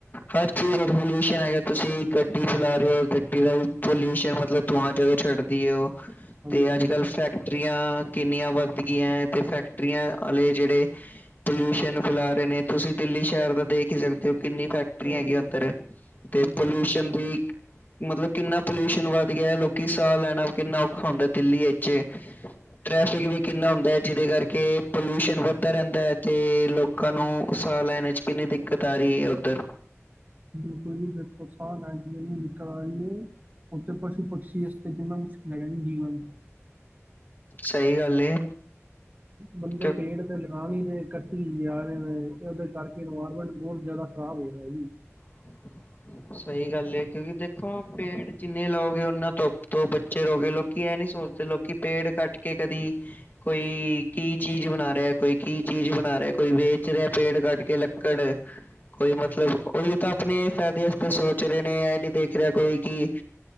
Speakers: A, on the left; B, on the right.
A: ਹਰ ਚੀਜ਼ ਦਾ ਪੋਲਿਊਸ਼ਨ ਹੈਗਾ ਤੁਸੀਂ ਗੱਡੀ ਚਲਾ ਰੇਅ ਓ ਗੱਡੀ ਦਾ ਵੀ ਪੋਲਿਊਸ਼ਨ ਮਤਲਬ ਧੂੰਆਂ ਜਦੋਂ ਛੱਡਦੀ ਆ ਓ
B: ਹਾਂਜੀ,
A: ਤੇ ਅੱਜ-
B: ਹਾਂਜੀ
A: ਕੱਲ ਫੈਕਟਰੀਆਂ ਕਿੰਨੀਆਂ ਵੱਧ ਗਈਆਂ ਤੇ ਫੈਕਟਰੀਆਂ ਵਾਲੇ ਜਿਹੜੇ ਪਲਊਸ਼ਨ ਫੈਲਾ ਰਏ ਨੇ ਤੁਸੀਂ ਦਿੱਲੀ ਸ਼ਹਿਰ ਦਾ ਦੇਖ ਹੀ ਸਕਦੇ ਹੋ ਕਿੰਨੀ ਫੈਕਟਰੀ ਫੈਕਟਰੀਆਂ
B: ਹੋਰ
A: ਹੈਗੀਆਂ
B: ਬਿਲਕੁਲ,
A: ਉੱਧਰ ਤੇ
B: ਬਿਲਕੁਲ,
A: ਪੋਲਿਊਸ਼ਨ ਦੀ ਮਤਲਬ ਕਿੰਨਾ ਪੋਲਿਊਸ਼ਨ ਵੱਧ ਗਿਆ ਲੋਕੀ ਸਾਹ ਲੈਣਾ ਕਿੰਨਾ ਔਖਾ ਹੁੰਦਾ ਦਿੱਲੀ ਵਿੱਚ ਚ ਟ੍ਰੈਫਿਕ ਵੀ ਕਿੰਨਾ ਹੁੰਦਾ ਹੈ ਜਿਹਦੇ ਕਰਕੇ ਪੋਲਿਊਸ਼ਨ ਵੱਧਦਾ ਰਹਿੰਦਾ ਹੈ ਅਤੇ ਲੋਕਾਂ ਨੂੰ ਸਾਹ ਲੈਣ ਵਿਚ ਕਿੰਨੀ ਦਿੱਕਤ ਆ ਰਹੀ ਹੈ ਉੱਧਰ
B: ਬਿਲਕੁਲ ਜੀ ਦੇਖੋ ਸਾਹ ਲੈਣ ਚ ਕਿੰਨੀ ਦਿੱਕਤ ਆ ਰਹੀ ਏ ਉੱਥੇ ਪਸ਼ੂ ਪਕਸ਼ੀ ਵਾਸਤੇ ਕਿੰਨਾ ਮੁਸ਼ਕਿਲ ਹੈਗਾ ਜੀ ਜੀਵਨ
A: ਸਈ ਗੱਲ ਏ।
B: ਬੰਦੇ
A: ਕਿਉਂ
B: ਪੇੜ ਤੇ ਲਗਾ ਨੀ ਰਏ ਕੱਟੀ ਜਾ ਰਏ ਨੇ ਏਦੇ ਕਰਕੇ ਇਨਵਾਇਰਮੈਂਟ ਬੋਤ ਜ਼ਿਆਦਾ ਤਾਂ <inaudible> ਹੈ ਜੀ
A: <inaudible> ਸਈ ਗੱਲ ਐ ਕਿਉਂਕਿ ਦੇਖੋ, ਪੇੜ ਜਿੰਨੇ ਲਾਓਗੇ ਓਨਾ ਧੁੱਪ ਤੋਂ ਬਚੇ ਰਓਗੇ ਲੋਕੀ ਏਹ ਨੀ ਸੋਚਦੇ ਲੋਕ ਕਿ ਪੇੜ ਕੱਟ ਕੇ ਕਦੀ ਕੋਈ ਕੀ ਚੀਜ਼ ਬਣਾ ਰਿਆ, ਕੋਈ ਕੀ ਚੀਜ਼ ਬਣਾ ਰਿਆ, ਕੋਈ ਵੇਚ ਰਿਆ ਪੇੜ ਕੱਟ ਕੇ ਲੱਕੜ ਕੋਈ ਮਤਲਬ ਉਈਤੇ ਆਪਣੇ ਫੈਦੇ ਅਸਤੇ ਸੋਚ ਰਏ ਨੇ ਏਹ ਨਈ ਦੇਖ ਰਿਆ ਕੋਈ ਕੀ